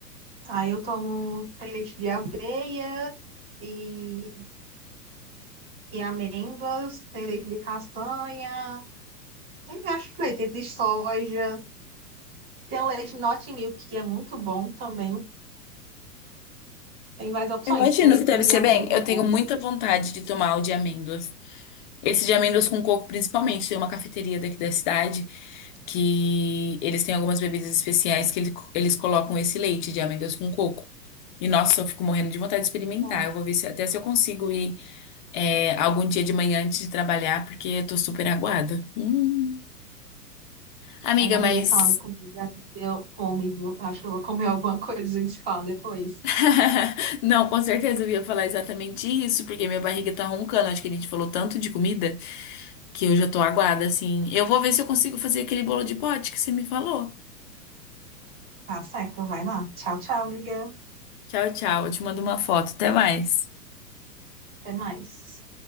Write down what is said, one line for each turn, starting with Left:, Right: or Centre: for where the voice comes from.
Right: Aí eu tomo tem leite de aveia e, e amêndoas, tem leite de castanha. Tem vários leites, tem de soja, tem o leite Not Milk, que é muito bom também. Tem várias opções.
Left: Eu imagino
Right: Tem leite
Left: que deve
Right: de
Left: ser
Right: amêndoa
Left: bem.
Right: com
Left: Eu
Right: coco.
Left: tenho muita vontade de tomar o de amêndoas. Esse de amêndoas com coco, principalmente. Tem uma cafeteria daqui da cidade que eles têm algumas bebidas especiais que ele- eles colocam esse leite de amêndoas com coco. E nossa, eu fico morrendo de vontade de experimentar.
Right: Bom,
Left: Eu vou ver se, até se eu consigo ir é, algum dia de manhã antes de trabalhar, porque eu tô super aguada. Hum. Amiga,
Right: as amigas
Left: mas.
Right: falando em comida, me deu fome, viu? Acho que eu vou comer alguma coisa, e a gente se fala depois.
Left: <laughs> Não, com certeza eu ia falar exatamente isso, porque minha barriga tá roncando. Acho que a gente falou tanto de comida. que eu já tô aguada, assim. Eu vou ver se eu consigo fazer aquele bolo de pote que você me falou.
Right: Tá certo, vai lá. Tchau, tchau, amiga.
Left: Tchau, tchau. Eu te mando uma foto. Até mais.
Right: Até mais.